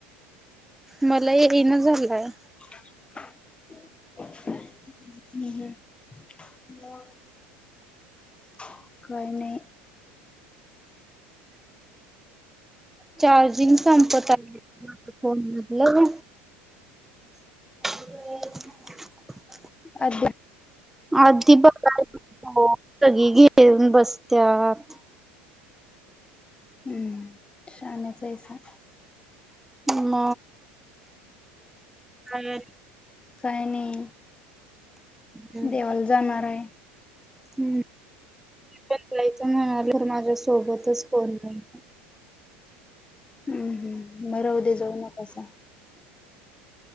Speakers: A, in the centre; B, on the left (about 20°).
A: मला येई ना झालंय,
B: हु हू मग काय नाय
A: चार्जिंग संपत अलय फोन मधल. अ <unintelligible>
B: अ <unintelligible>
A: अधप काय <unintelligible> सगळी घेऊन बसत्यात.
B: हम्म शान्यास हैसा
A: म म हम्म
B: काय नाही
A: ह
B: देवाला जाणार आहे
A: हम् चलाच म्हणाल तर माझ्या सोबतच कोण नाही.
B: हम्म हम् बरा उद्या जाऊ नकोसा.